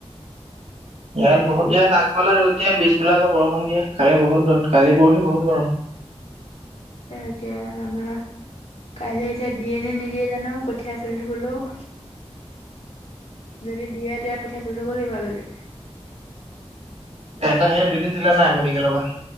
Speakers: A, on the right; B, on the left.
A: ইয়াত বহুত ইয়াত আগবালে ৰ'দ দিয়ে, পিছবেলা আকৌ বৰষুণ দিয়ে, কালি বহুত ৰ'দ কালি পৰহি বহুত গৰম।
B: এতিয়া আমাৰ। কাইলৈ এতিয়া দিয়ে নে নিদিয়ে জানো কঠীয়া তুলি থবলেও। যদি দিয়ে তেতিয়া কঠীয়া তুলি থ'ব লাগিব আবেলি।
A: তেহেত সেই ৰেলিজ দিলা নে নাই মেডিকেল পাহ।